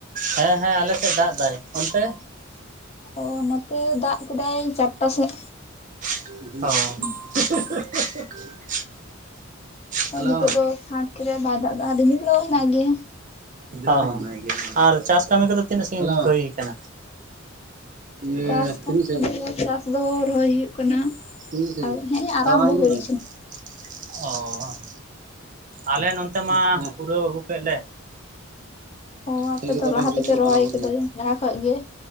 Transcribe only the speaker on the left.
ᱳ, ᱱᱚᱛᱮ ᱫᱟᱜ ᱠᱮᱫᱟᱭ ᱪᱟᱨᱴᱟ ᱥᱮᱫ᱾
ᱟᱨ ᱱᱤᱛᱚᱜ ᱫᱚ ᱯᱷᱟᱸᱠ ᱠᱮᱫᱟᱭ ᱵᱟᱭ ᱫᱟᱜ ᱫᱟ, ᱟᱨ ᱨᱤᱢᱤᱞ ᱫᱚ ᱦᱮᱱᱟᱜ ᱜᱮᱭᱟ᱾
ᱪᱟᱥ ᱠᱟᱹᱢᱤ
ᱠᱚᱫᱚ ᱪᱟᱥ ᱫᱚ ᱨᱚᱦᱚᱭ ᱦᱩᱭᱩᱜ ᱠᱟᱱᱟ
ᱟᱨ ᱦᱮᱸ ᱟᱨᱟᱢᱵᱚ
ᱦᱩᱭ
ᱚ, ᱟᱯᱮ
ᱫᱚ ᱞᱟᱦᱟ ᱛᱮᱯᱮ ᱨᱚᱦᱚᱭ ᱟᱠᱟᱫᱟ, ᱞᱟᱦᱟ ᱠᱷᱚᱡ ᱜᱮ?